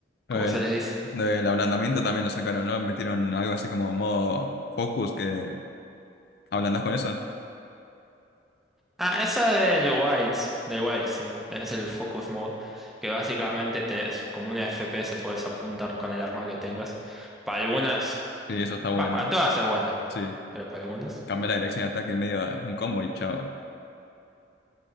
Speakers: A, on the left; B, in the centre.
A: El,
B: ¿cómo se les dice?
A: el ablandamiento también lo sacaron, ¿no? Metieron algo así como modo focus que ablandas con eso.
B: Ah, esa del Wilds, del Wild, sí. Tenés el Focus Mode, que básicamente tenés como una FPS, podés apuntar con el arma que tengas. Para algunas,
A: Sí, eso está bueno.
B: va, para todas es buena,
A: Sí,
B: pero para algunas.
A: cambia la dirección de ataque en medio de un combo y chao.